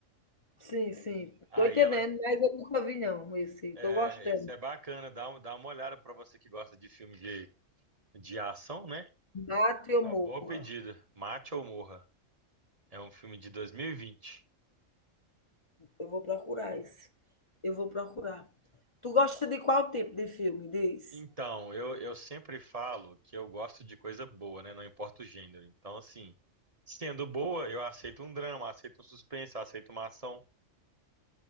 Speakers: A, on the left; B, on the right.
A: sim, sim.
B: Aí
A: Tô entendendo,
B: ela,
A: mas eu nunca vi não esse.
B: é,
A: Tô gostando.
B: esse é bacana, dá, um- dá uma olhada pra você que gosta de filme de, de ação, né?
A: Mato e eu
B: Uma
A: morro.
B: boa pedida. Mate ou Morra. É um filme de 2020.
A: Eu vou procurar esse. Eu vou procurar. Tu gosta de qual tipo de filme, diz?
B: Então, eu, eu sempre falo que eu gosto de coisa boa, né? Não importa o gênero. Então, assim, sendo boa, eu aceito um drama, aceito um suspense, aceito uma ação.